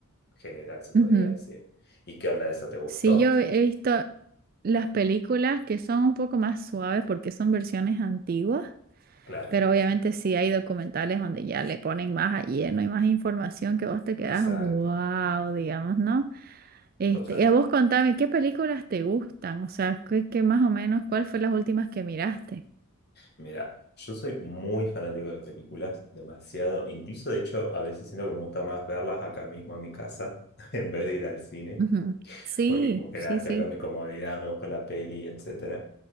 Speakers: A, on the left; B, on the right.
A: general, se podría
B: ujú.
A: decir. ¿Y qué onda eso? ¿Te gustó?
B: Sí, yo he visto las películas que son un poco más suaves porque son versiones antiguas,
A: Claro,
B: pero obviamente sí hay documentales donde ya le ponen más a lleno y más información que vos te quedas,
A: exacto,
B: wow, digamos, ¿no? Este,
A: total.
B: y a vos contame, ¿qué películas te gustan? O sea, ¿qué, qué más o menos, cuál fue las últimas que miraste?
A: Mira, yo soy muy fanático de películas, demasiado. e Incluso, de hecho, a veces siento que me gusta más verlas acá mismo en mi casa <laughs> en vez de ir al cine.
B: Ujú. Sí,
A: porque como que
B: sí,
A: nada, estoy
B: sí.
A: acá en mi comodidad, me busco la peli, etcétera.